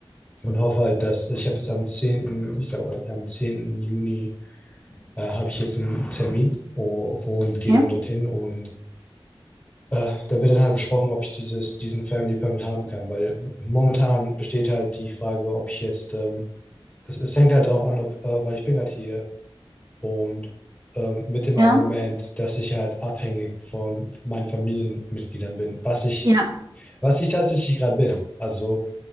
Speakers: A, on the left; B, on the right.
A: und hoffe halt, dass also, ich habe jetzt am zehnten ich glaube am zehnten Juni äh, habe ich jetzt einen Termin o- und
B: okay.
A: gehe dann dorthin und Äh, da wird dann halt besprochen, ob ich dieses, diesen Family Permit haben kann, weil momentan besteht halt die Frage, ob ich jetzt, ähm, es, es hängt halt darauf an, ob, äh, weil ich bin halt hier und ähm, mit dem Argument,
B: Ja.
A: dass ich halt abhängig von meinen Familienmitgliedern bin, was ich,
B: Ja.
A: was ich tatsächlich gerade bin. Also,